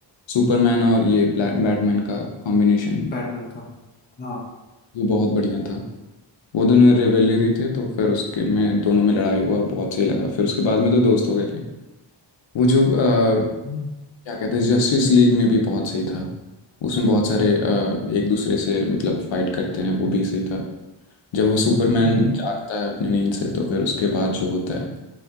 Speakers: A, on the left; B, on the left.
A: सुपरमैन और ये ब्लैक बैटमैन का कॉम्बिनेशन
B: बैटमैन का होगा। हाँ
A: ये बहुत बढ़िया था वो दोनों रिवेलरी थे तो फिर उसके में दोनों में लड़ाई हुआ बहुत सही लगा फिर उसके बाद में तो दोस्त हो गए थे वो जो अ,
B: हम्म,
A: क्या कहते हैं जस्टिस लीग में भी बहुत सही था उसमें बहुत सारे अ, एक दूसरे से मतलब फाइट करते हैं वो भी सही था जब वो सुपरमैन
B: हम्म।
A: जागता है अपनी नींद से तो फिर उसके बाद जो होता है